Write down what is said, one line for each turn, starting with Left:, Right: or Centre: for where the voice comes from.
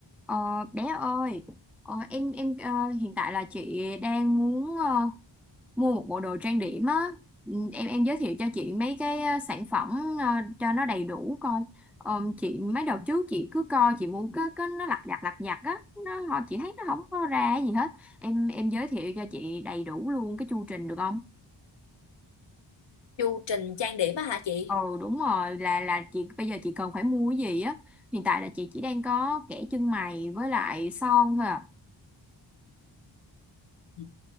Centre: Ờ, bé ơi, ờ, em em ờ, hiện tại là chị đang muốn ờ, mua một bộ đồ trang điểm á. Ừ, Em em giới thiệu cho chị mấy cái ờ, sản phẩm ờ, cho nó đầy đủ coi. Ờ, chị mấy đợt trước chị cứ coi chị mua cái cái nó lặt vặt lặt vặt á, nó họ chị thấy nó không có ra cái gì hết. Em em giới thiệu cho chị đầy đủ luôn cái chu trình được không?
Left: chu trình trang điểm á hả chị
Centre: Ừ đúng rồi là là chị bây giờ chị cần phải mua cái gì á. Hiện tại là chị chỉ đang có kẻ chân mày với lại son thôi à.
Left: Ừ.